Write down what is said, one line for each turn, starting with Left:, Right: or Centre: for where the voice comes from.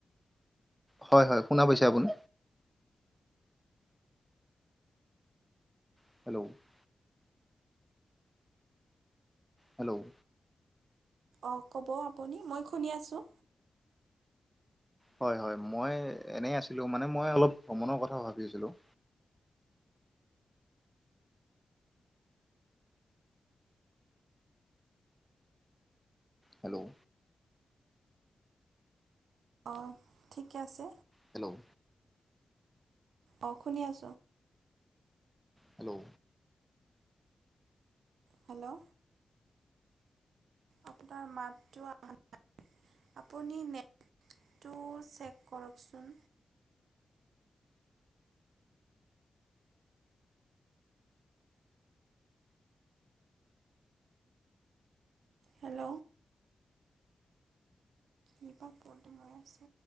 Centre: হয় হয় শুনা পাইছে আপুনি <unintelligible> হেল্ল'
Right: অ ক'ব আপুনি মই শুনি আছোঁ
Centre: হয় হয় মই এনেই আছিলো মানে মই অলপ ভ্ৰমণৰ কথা ভাবি‌ আছিলো হেল্ল'
Right: অঁ ঠিকে আছে
Centre: হেল্ল'
Right: অঁ শুনি আছোঁ
Centre: হেল্ল'
Right: হেল্ল' আপোনাৰ মাতটো আহা নাই আপুনি নেটটো চেক কৰকচোন হেল্ল'। ই পা পল্টু মই আছে।